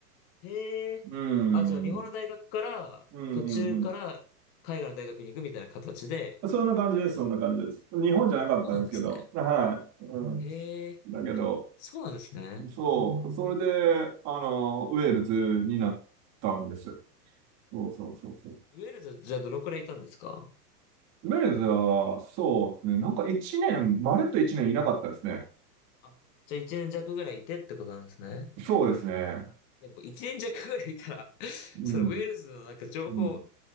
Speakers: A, on the left (about 40°); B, on the right (about 35°).
A: へえ。
B: うん、
A: あ、じゃあ日本の大学から、
B: うん、うん、
A: 途中から海外の大学に行くみたいな形で。
B: うん。そんな感じです、そんな感じです。日本じゃなかったんですけど。
A: そうなんですね。
B: はい。うん。
A: へえ。
B: だけど、
A: そうなんですね。
B: そう、それで、あの、ウェールズになったんです。そうそうそうそう。
A: ウェールズ、じゃあどのくらいいたんですか
B: ウェールズは、そうですね。なんか一年、まるっと一年いなかったですね。
A: あ、じゃあ1年弱ぐらいいてってことなんですね。
B: そうですね。
A: いや、でも1年弱ぐらいいたら <laughs>
B: うん。
A: そのウェールズのなんか情報
B: うん。